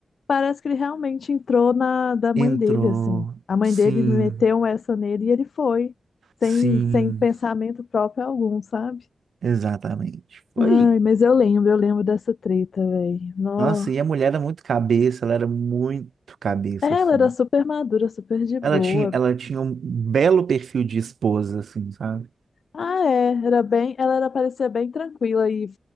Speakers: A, on the left (about 75°); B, on the right (about 75°).
A: Parece que ele realmente entrou na da mãe
B: Entrou.
A: dele, assim. A mãe
B: Sim.
A: dele meteu essa nele e ele foi, sem,
B: Sim.
A: sem pensamento próprio algum, sabe?
B: Exatamente. Foi.
A: Ai, mas eu lembro, eu lembro dessa treta, velho. Nó.
B: Nossa, e a mulher era muito cabeça, ela era muito cabeça,
A: Ela
B: assim.
A: era super madura, super de
B: Ela
A: boa.
B: tinha, ela tinha um belo perfil de esposa, assim, sabe?
A: Ah, é, era bem, ela era, parecia bem tranquila e,